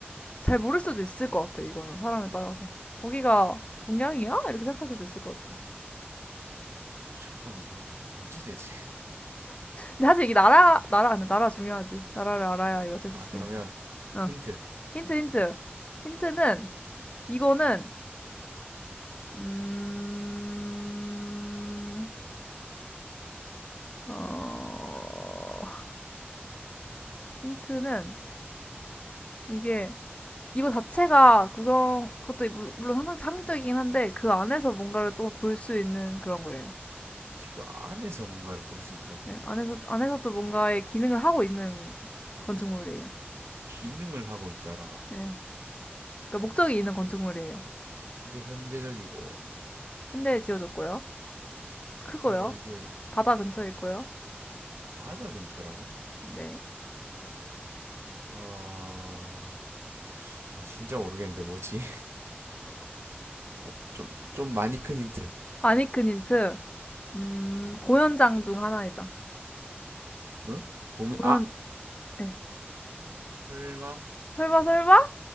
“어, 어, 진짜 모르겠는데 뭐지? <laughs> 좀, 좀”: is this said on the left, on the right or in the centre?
Right